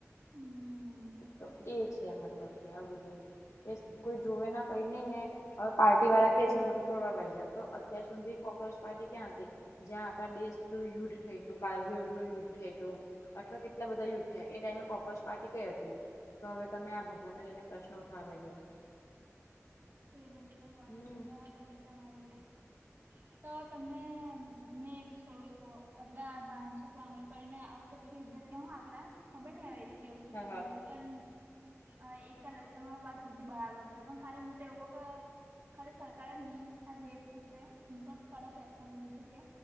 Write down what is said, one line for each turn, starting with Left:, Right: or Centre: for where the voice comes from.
Right: હમ
Left: તો એ છે મતલબ કે આ બધું. કેશ કોઈ જોવે ના કઈ નઈ ને હવે પાર્ટી વાળા કેશ એવું બધું કરવા બાઈ જાય તો અત્યાર સુધી કોક્રચ પાર્ટી ક્યાં હતી. જ્યાં આપણા દેશનું યુદ્ધ થય હતું કારગીલ નું યુદ્ધ થય તું. અથવા કેટલા બધા યુદ્ધ થયા એ ટાઈમે કોક્રોચ પાર્ટ કઈ હતી. તો હવે તમે આ ભગવાનને લઈને પ્રશ્ન ઉઠાવા બેહી ગ્યા છો.
Right: એ બધું તો વાતચીત
Left: હમ
Right: બરાબર છે તમારી તો તમને મેં એક સ્ટોરી કહ એટલે બાનસુક વાગડે કરીને આવું તો થીડયત હું આપલા ખબર નહ હવે કેવું છે
Left: હા
Right: કેવું
Left: હા
Right: નહી પન અ એ ખ્યાલય તમારી વાત બધી બરાબર છે પણ ખાલી મિત્રો એવો પ ખાલી સરકારે મેન આ રેપ વિશે એની પર કડક એક્શન લેવી જોઈએ.